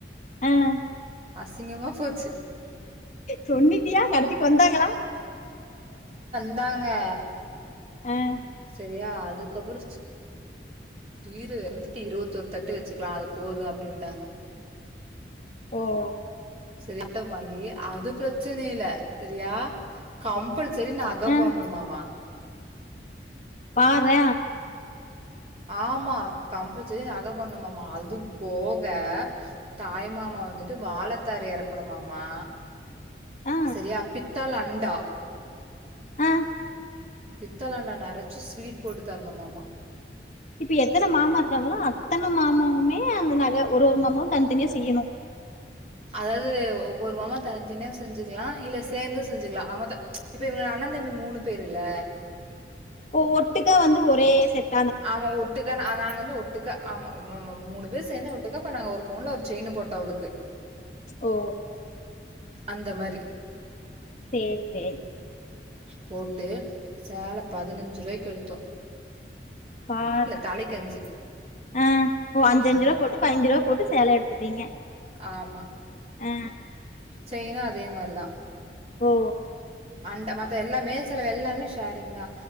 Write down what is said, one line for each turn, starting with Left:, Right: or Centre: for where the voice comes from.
Left: ஆஹ
Right: அசிங்கமா போச்சு
Left: சொன்னிட்டியா கடசிக்கு வந்தாங்களா
Right: ந்தங்கா
Left: ம்
Right: சரியா அதுக்கப்ரோ சீ சீரு <unintelligible> இருவத்தோரு தட்டு வச்சுக்கலா அது போது அப்படின்ட்டாங்க
Left: ஓஓ
Right: சரி <unintelligible> வாங்கி அது பிரச்சன இல்ல செரியா கம்பல்சரி நக
Left: ஆ
Right: போன்ணுமா மா
Left: பார்ரே
Right: ஆமா கம்பல்சரி நக போட்னுமாமா அது போக தாய் மாமா வந்துட்டு வாழ த்தாரு எறக்கணுமாமா
Left: ஆ
Right: சரியா பித் தலண்டா
Left: ஆஹ்
Right: பித்தலண்டா நெரச்சு ஸ்வீட் போட்டு தரணுமாமா
Left: இப்ப எத்தன மாமா இருக்காங்களோ அத்தன மாமவுமே அந்த நக ஒரு ஒரு மாமாவு தனிதனியா செய்யணு
Right: அதாவது ஒவ்வொரு மாமா தனி தனியா செஞ்சுக்கலா இல்ல சேர்ந்தும் செஞ்சுக்கலா ஆகமொத்த இப்ப இவங்க அண்ணதம்பி மூணு பேருல்ல
Left: ஓ ஒட்டுக்கா வந்து ஒரே செட்
Right: ஆமா ஒட்டுக்க நா நாங்கந்து ஒட்டுக்க ஆமாமாமா மூணு பேர் சேர்ந்து ஒட்டுக்கா பண்ணாங்க ஒரு பவுன்ல ஒரு செயினு போட்டோ அவளுக்கு
Left: ஓ
Right: அந்த மாரி
Left: சேர் சேர்
Right: போட்டு சேல பதினஞ்சுருவாய்க்கெடுத்தோ
Left: பார்ரா
Right: தலைக்கஞ்சு
Left: ஆஹ் ஓ அஞ்சஞ்சு
Right: அந்த
Left: ருவா போட்டு பதனெஞ்சுருவா போட்டு சேல எடுத்துட்டீங்க
Right: ஆமா
Left: ஆ
Right: செய்ணூ அதே மாரிதா
Left: ஓ
Right: அண்ட மத்த எல்லா மேல் செலவு எல்லாமே ஷேரிங் தா